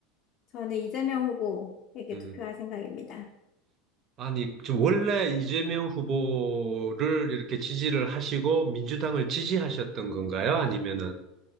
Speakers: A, on the left (about 45°); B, on the right (about 40°).
A: 저는 이재명 후보에게
B: 음.
A: 투표할 생각입니다.
B: 아니, 저 원래 이재명 후보를 이렇게 지지를 하시고 민주당을 지지하셨던 건가요? 아니면은